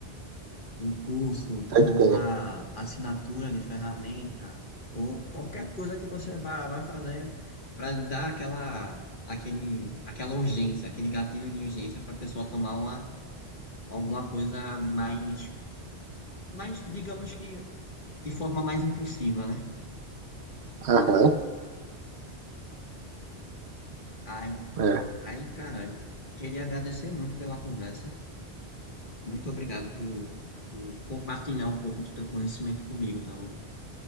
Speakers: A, on the left; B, on the right.
A: um curso
B: Sempre
A: ou
B: tem.
A: uma assinatura de ferramenta ou qualquer coisa que você vá, vá fazer para dar aquela, aquele, aquela urgência, aquele gatilho de urgência para a pessoa tomar uma, alguma coisa mais, mais, digamos que de forma mais impulsiva, né?
B: Aham.
A: Aí,
B: É.
A: aí, cara, eu queria agradecer muito pela conversa. Muito obrigado por, por compartilhar um pouco do teu conhecimento comigo, tá bom?